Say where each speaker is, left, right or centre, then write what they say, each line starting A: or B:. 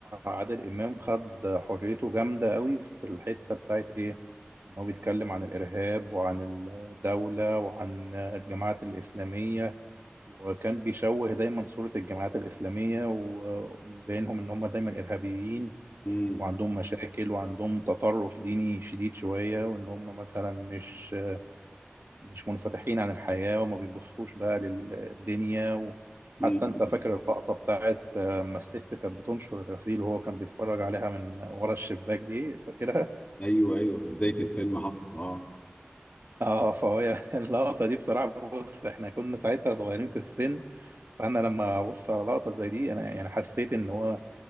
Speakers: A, on the right; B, on the left.
A: عادل امام خد حريته جامده قوي في الحته بتاعت ايه ان هو بيتكلم عن الارهاب وعن الدوله وعن الجماعات الاسلاميه وكان بيشوه دايما صوره الجماعات الاسلاميه وبينهم ان هم دايما ارهابيين
B: امم
A: وعندهم مشاكل وعندهم تطرف ديني شديد شويه وان هم مثلا مش مش منفتحين عن الحياة وما بيبصوش بقى للدنيا
B: امم
A: وحتى
B: امم.
A: انت فاكر اللقطة بتاعت آه، لما الست كانت بتنشر الغسيل وهو كان بيتفرج عليها من ورا الشباك دي فاكرها؟
B: ايوه ايوه في بدايه الفيلم حصل اه
A: اه فهي <laughs> اللقطة دي بصراحة بص احنا كنا ساعتها صغيرين في السن فانا لما ابص على لقطة زي دي انا يعني حسيت ان هو